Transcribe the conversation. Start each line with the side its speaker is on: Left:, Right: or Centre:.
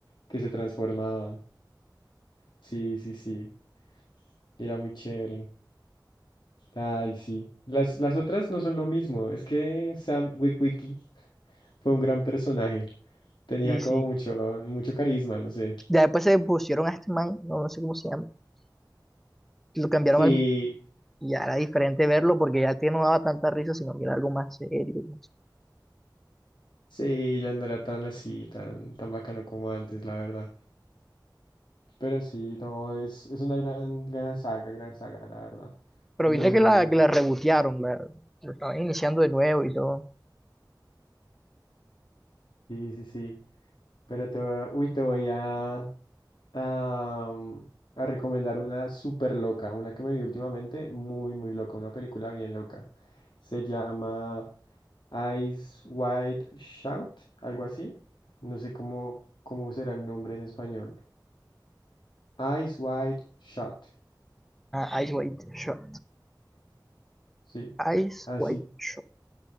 Left: que se transformaba. Sí, sí, sí. Era muy chévere. Ay, sí. Las, las otras no son lo mismo. Es que Sam Witwicky fue un gran personaje. Tenía
Centre: Sí,
Left: como
Centre: sí.
Left: mucho, mucho carisma, no sé.
Centre: Ya después se pusieron a este man, no, no sé cómo se llama, lo cambiaron
Left: Sí,
Centre: al... y era diferente verlo porque ya este no daba tanta risa, sino que era algo más serio. no sé.
Left: sí, ya no era tan así, tan, tan bacano como antes, la verdad. Pero sí, no, es, es una gran, gran saga, gran saga, la verdad.
Centre: Pero
Left: Muy,
Centre: viste que
Left: muy
Centre: la,
Left: buena.
Centre: que la rebotearon, la, lo estaban iniciando de nuevo y todo.
Left: Sí, sí, sí. Pero te, voy- uy, te voy a, a, a recomendar una súper loca, una que me vi últimamente, muy, muy loca, una película bien loca. Se llama Eyes Wide Shout, algo así. No sé cómo, cómo será el nombre en español. Eyes Wide Shut,
Centre: Ah, Ice White Shot.
Left: sí,
Centre: Ice
Left: así.
Centre: White Shot.